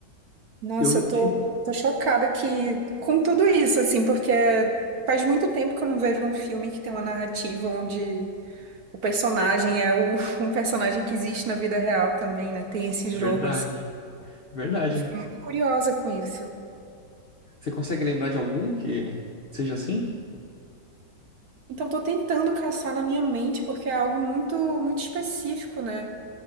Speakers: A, on the right; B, on the left.
A: Nossa,
B: Eu vou
A: eu
B: te.
A: tô, tô chocada que, com tudo isso, assim, porque faz muito tempo que eu não vejo um filme que tem uma narrativa onde O personagem é o, <laughs> um personagem que existe na vida real também, né? Tem esse jogo,
B: Verdade,
A: assim.
B: verdade.
A: Eu fiquei muito curiosa com isso.
B: Você consegue lembrar de algum que seja assim?
A: Então, tô tentando caçar na minha mente, porque é algo muito, muito específico, né?